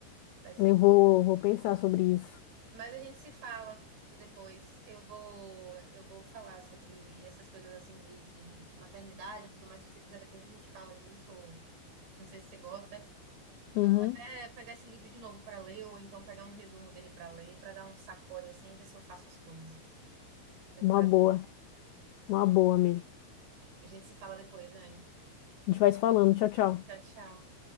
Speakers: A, on the right (about 60°); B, on the left (about 85°).
A: faz
B: Eu
A: sentido.
B: vou, vou pensar sobre isso.
A: Mas a gente se fala depois. Eu vou, eu vou falar sobre essas coisas assim de, de, de maternidade e tudo mais. Se você quiser, depois a gente fala disso, ou não sei se você gosta.
B: Uhum.
A: Eu vou até pegar esse livro de novo para ler, ou então pegar um resumo dele para ler, para dar um sacode assim e ver se eu faço as coisas que eu tenho
B: Uma
A: que fazer.
B: boa, uma boa mesmo.
A: A gente se fala depois, Anne.
B: A gente vai se falando. Tchau, tchau.
A: Tchau, tchau.